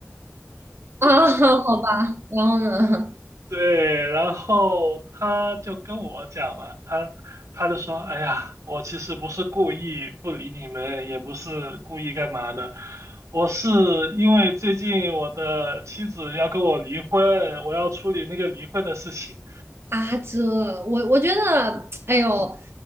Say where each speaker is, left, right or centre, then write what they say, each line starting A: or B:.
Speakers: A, on the right; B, on the right.
A: 啊，<laughs> 好吧，然后呢？
B: 对，然后他就跟我讲嘛，他他就说，哎呀，我其实不是故意不理你们，也不是故意干嘛的，我是因为最近我的妻子要跟我离婚，我要处理那个离婚的事情。
A: 啊，这我我觉得，哎呦，